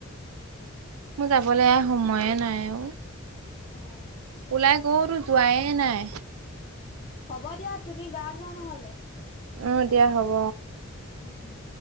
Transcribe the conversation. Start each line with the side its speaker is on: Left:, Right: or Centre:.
Right: মোৰ যাবলে সময়ে নাই অ'!
Left: অ'!
Right: ওলাই গ'ল, যোৱাই নাই।
Left: হ'ব দিয়া! তুমি গা ধোৱা নহ'লে।
Right: উম, দিয়া হ'ব।
Left: উম! উম!